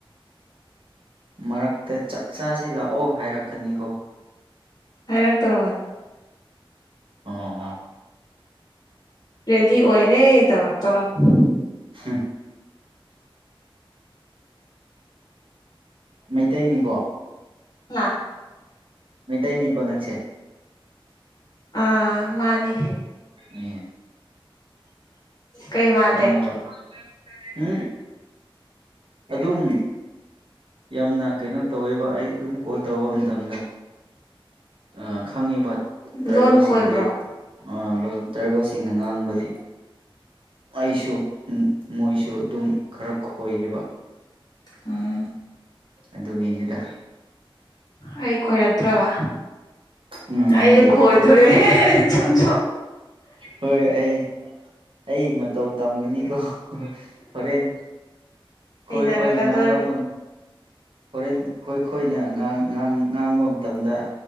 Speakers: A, on the right; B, on the left.
A: ꯃꯔꯛꯇ ꯆꯥꯛꯆꯁꯤ ꯂꯥꯛꯑꯣ ꯍꯥꯏꯔꯛꯀꯅꯤꯀꯣ
B: ꯍꯥꯏꯛ ꯇꯔꯣꯕꯅꯤ
A: ꯑꯣ
B: ꯔꯦꯗꯤ ꯑꯣꯏꯔꯦ ꯇꯧꯔꯛꯇꫭꯔꯕꯅꯤ
A: ꯍꯝ ꯃꯩꯇꯩꯅꯤꯀꯣ
B: ꯉꯥ
A: ꯃꯩꯇꯩꯅꯤꯀꯣ ꯅꯪꯁꯦ
B: ꯑꯥ ꯃꯥꯅꯤ
A: ꯎ
B: ꯀꯩ ꯃꯥꯜꯂꯦ
A: ꯈꯪꯉꯦꯕ ꯎꯝ ꯑꯗꯨꯝ ꯌꯥꯝꯅ ꯀꯩꯅꯣ ꯇꯧꯋꯦꯕ ꯑꯩ ꯑꯗꯨꯝ ꯀꯣꯜ ꯇꯧꯕ ꯃꯇꯝꯗ ꯑ ꯈꯪꯉꯤꯕ ꯇ꯭ꯔꯥꯏꯕꯦꯜꯁꯤꯡꯗꯤ
B: ꯂꯣꯟ ꯈꯣꯏꯕ꯭ꯔꯣ
A: ꯑ ꯂꯣꯟ ꯇ꯭ꯔꯥꯏꯕꯦꯜꯁꯤꯡꯅ ꯉꯥꯡꯕꯗꯤ ꯑꯩꯁꯨ ꯃꯃꯣꯏꯁꯨ ꯑꯗꯨꯝ ꯈꯔ ꯈꯣꯏꯌꯦꯕ
B: ꯎꯝ
A: ꯑꯗꯨꯒꯤꯅꯦꯗ
B: ꯑꯩ ꯈꯣꯏꯔꯛꯇ꯭ꯔꯕ
A: ꯎꯝ ꯅꯪꯗꯤ
B: ꯑꯩꯖꯨ ꯈꯣꯏꯗꯣꯔꯦ
A: ꯑꯗꯨꯝ
B: ꯆꯨꯝ ꯆꯝ
A: ꯍꯣꯏ ꯑꯩ ꯑꯩ ꯃꯇꯧ ꯇꯝꯒꯅꯤꯀꯣ ꯍꯣꯔꯦꯟ ꯈꯣꯏ
B: ꯍꯩꯅꯔꯛꯀꯗꯣꯔꯦ
A: ꯈꯣꯏꯅ ꯉꯥꯡꯂꯛꯃꯟ ꯍꯣꯔꯦꯟ ꯈꯣꯏ ꯈꯣꯏꯅ ꯉꯥꯡ ꯉꯥꯡ ꯉꯥꯡꯕ ꯃꯇꯝꯗ